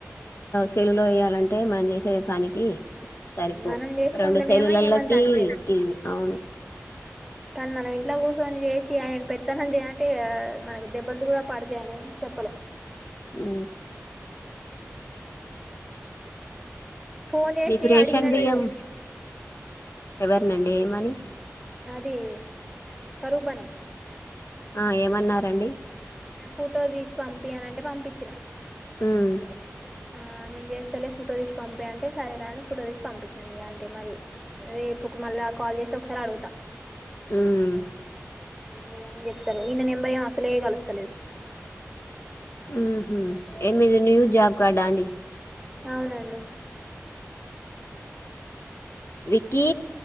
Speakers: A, on the left; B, in the centre.
A: చెలు వయాలంటే మనం చేసే పనికి సరిపోవ్
B: మనం చేసుకుంటేనేమో
A: రెండు సెలుల్లాలకి
B: ఏమంత అనిపియదు
A: టీవి అవును
B: కానీ మనం ఇంట్లో కూర్చొని చేసి ఆయన పెత్తనం చేయంటే మనకు దెబ్బలతో కూడా పడతా అనిని చెప్పలే
A: ఉ
B: ఆమ్ పోన్ చేసి
A: మీకు రేషన్
B: అడిగిన
A: బియ్యం
B: నేను
A: ఎవరినండి ఏమని
B: అది కరూపని
A: ఆ ఏమన్నారండి
B: నాఫోటో తీసి పంపియాలంటే పంపించిన
A: మ్మ్.
B: ఆ నేను చేస్తా సలే ఫోటో తెచ్చి పంప అంటే సరేలే అని ఫోటో తెచ్చి పంపించిన అంతే మరి రేపు మళ్ళా కాల్ చేసి ఒకసారి అడుగుతా
A: మ్మ్.
B: లేదని చెప్తారు ఈయన నెంబర్ ఏం అసలే కలుస్తలేదు
A: ఉహ ఏమిది న్యూజ జాబ్ కార్డ్ అండి
B: అవునండి
A: విక్కీ